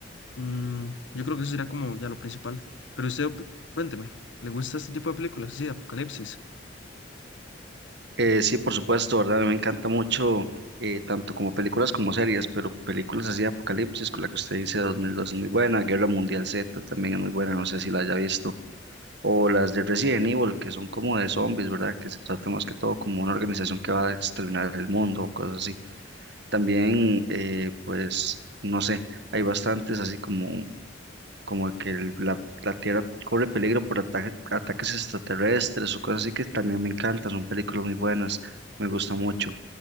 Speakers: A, on the left; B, on the right.
A: Mm, yo creo que eso sería como ya lo principal. Pero usted, op- cuénteme, ¿le gusta este tipo de películas así de apocalipsis?
B: Eh, sí, por supuesto, ¿verdad? Me encanta mucho eh, tanto como películas como series, pero películas así de Apocalipsis, con la que usted dice 2002 es muy buena, Guerra Mundial Z también es muy buena, no sé si la haya visto, o las de Resident Evil, que son como de zombies, ¿verdad? Que se trata más que todo como una organización que va a exterminar el mundo o cosas así. También, eh, pues, no sé, hay bastantes así como como que el- la, la Tierra corre peligro por ataque- ataques extraterrestres o cosas así que también me encantan, son películas muy buenas, me gusta mucho.